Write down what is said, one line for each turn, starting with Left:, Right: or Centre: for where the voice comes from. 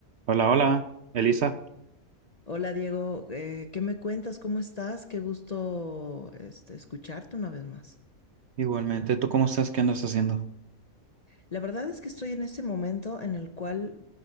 Right: Hola, hola, Elisa.
Left: Hola Diego, eh, ¿qué me cuentas? ¿Cómo estás? Qué gusto este, escucharte una vez más.
Right: Igualmente, ¿tú cómo estás? ¿Qué andas haciendo?
Left: La verdad es que estoy en este momento en el cual